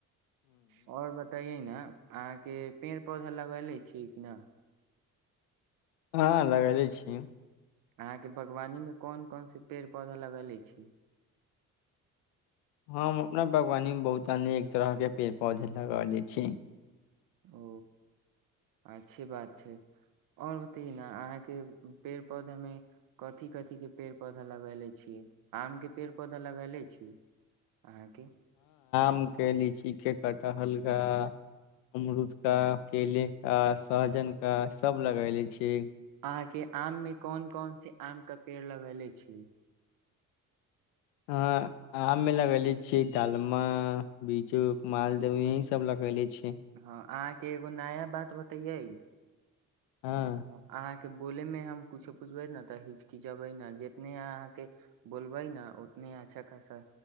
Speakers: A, on the right; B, on the left.
A: आओर बताइए ने अहाँके पेड़ पौधा लगा ले छियै किना
B: हँ लगेले छीय
A: अहाँके बागवानीमे कोन कोनस पेड़ पौधा लगेले छी
B: हम हम अपना बागवानी मे बहुत अनेक एक तरहके पेड़ पौधे लगा लैत छी
A: ओ अच्छे बात छै और बतय ने अहाँके पेड़ पौधामे कथी कथीक के पेड़ पौधा लगैले छीियै आम के पेड़ पौधा लगैले छी अहाँके
B: हम केने छि खेत कटहल का अमरूद का केले का सहजन का सब लगेले छी
A: अहा के आम में कोन कोन से आम के पेड़ लगेले छी
B: अ आम मे लगेले छियै दालमा बिजू मालदह यही सब लगेले छीय
A: हँ अहाँके एगो नया बात बतैये
B: हँ
A: अहाँ के बोले मे हम कुछो पूछबै ने तऽ हिचकिचबे ने जितने अहाँ के बोलबे ने उतने अच्छा खासा